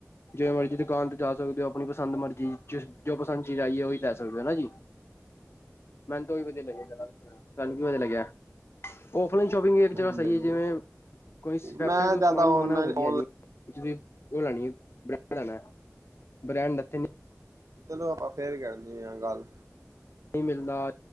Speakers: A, on the left (about 50°); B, on the right (about 80°).
A: ਜਿਵੇ ਮਰਜ਼ੀ ਦੁਕਾਨ ਤੇ ਜਾ ਸਕਦੇ ਹੋ। ਆਪਣੀ ਪਸੰਦ ਮਰਜ਼ੀ ਜੋ ਪਸੰਦ ਚੀਜ਼ ਆਈ ਐ, ਉਹੀ ਲੈ ਸਕਦੇ ਹੋ ਨਾ ਜੀ। ਮੈਨ ਤੋਂ ਉਹੀ ਵਧੀਆ ਲੱਗੇ <unintelligible> ਵੀ ਵਧੀਆ ਲੱਗਿਆ। ਔਫਲਾਈਨ ਸ਼ੋਪਿੰਗ ਇੱਕ
B: ਹਾਂਜੀ-ਹਾਂਜੀ
A: ਜਗ੍ਹਾ ਸਹੀ ਐ ਜਿਵੇਂ ਕੋਈ ਵੈੱਬਸਾਈਟ
B: ਮੈਂ
A: ਤੋਂ
B: ਜ਼ਿਆਦਾ
A: ਸਮਾਨ ਮੰਗਵਾਉਣਾ
B: ਔਨਲਾਈਨ
A: ਉਹ ਵਧੀਆ
B: ਔਨਲਾਈਨ
A: ਜੀ। ਤੁਸੀਂ ਉਹ ਲੈਣੀ ਬ ਲੈਣਾ। ਬ੍ਰੈਂਡੱਥੇ
B: ਚਲੋ ਆਪਾਂ ਫੇਰ ਕਰਨੀ ਆਂ ਗੱਲ।
A: ਨਈ ਮਿਲਦਾ।